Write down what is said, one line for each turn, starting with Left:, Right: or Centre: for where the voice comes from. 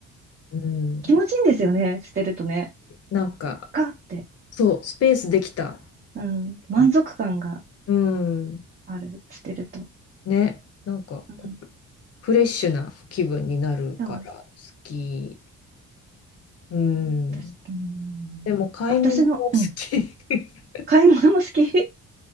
Left: うん。
Right: 気持ちいいんですよね。捨てるとね。
Left: なんか、
Right: かって。
Left: そう、スペースできたっ
Right: うん。
Left: て感じ。
Right: 満足感が
Left: うん。
Right: ある。捨てると。
Left: ね。なんかこう、
Right: うん。
Left: フレッシュな気分になるから、
Right: そう。
Left: 好き。うん。
Right: 私、うん。
Left: でも、買い物も好き。
Right: 私の、うん。
Left: <laughs>
Right: 買い物も好き。